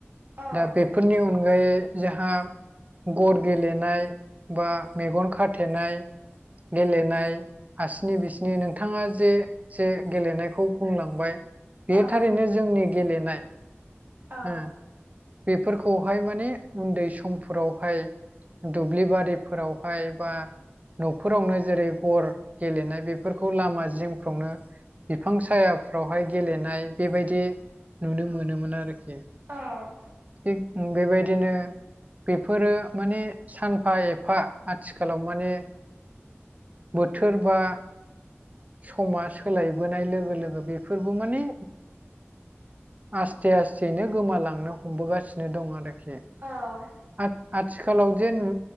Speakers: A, on the right; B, on the right.
A: औ
B: दा बेफोरनि अनगायै जोंहा गर गेलेनाय बा मेगन खाथेनाय गेलेनाय हासनि बिसनि नोंथाङा जे जे गेलेनायखौ बुंलांबाय बे
A: औ
B: थारैनो जोंनि गेलेनाय
A: औ
B: ओ बेफोरखौहाय माने उन्दै समफोरावहाय दुब्लि बारिफोराव हाय बा न'फोरावनो जेरै गर गेलेनाय बेफोरखौ लामा जिंफ्रावनो बिफां सायाफ्राव हाय गेलेनाय बेबायदि नुनो मोनोमोन आरो
A: औ
B: थिग बेबायदिनो बेफोरो माने सानफा एफा आथिखालाव माने बोथोर बा समा सोलायबोनाय लोगो लोगो बेफोरबो माने आस्थे आस्थेनो गोमालांनो हमबोगासिनो दं आरोखि
A: औ
B: आ आथिखालाव जे नु